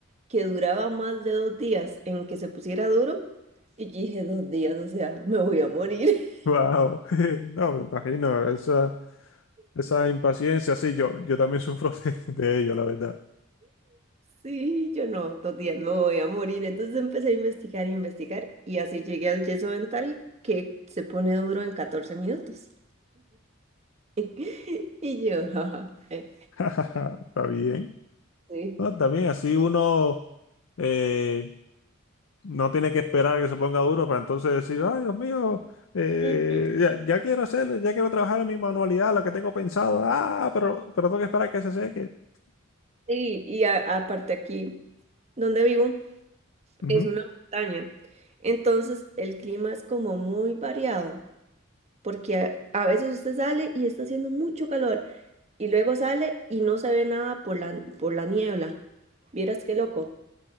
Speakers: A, on the right; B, on the left.
A: que duraba más de dos días en que se pusiera duro y yo dije dos días, o sea, me voy a morir. <laughs>
B: Wow. <laughs> No, me imagino. Esa, esa impaciencia, sí, yo, yo también sufro <laughs> de, de ello, la verdad.
A: Sí, yo no, dos días no voy a morir. Entonces empecé a investigar y investigar y así llegué al yeso dental que se pone duro en 14 minutos. <laughs> Y yo, jaja, eh,
B: <laughs> Está bien.
A: sí.
B: No, también así uno eh, no tiene que esperar a que se ponga duro para entonces decir, ay, Dios mío, eh,
A: Ujú.
B: ya, ya quiero hacerlo, ya quiero trabajar en mi manualidad, lo que tengo pensado, ah, pero, pero tengo que esperar a que se seque.
A: Sí, y a- aparte aquí donde vivo
B: Ujú.
A: es una montaña. Entonces el clima es como muy variado. porque a, a veces usted sale y está haciendo mucho calor y luego sale y no se ve nada por la, por la niebla. Vieras qué loco.